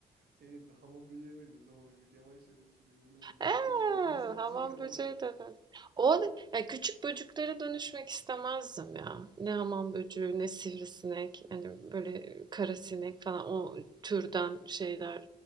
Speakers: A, on the right (about 65°); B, on the right (about 25°).
A: Senin hamam böceğine ne diyorsun ama böyle yavaş yavaş yürüyor falan böyle.
B: Eee,
A: Birisi basıyor
B: hamam
A: kafana.
B: böceği de ben. O ya küçük böcüklere dönüşmek istemezdim ya. Ne hamam böceği, ne sivrisinek, hani böyle karasinek falan o türden şeyler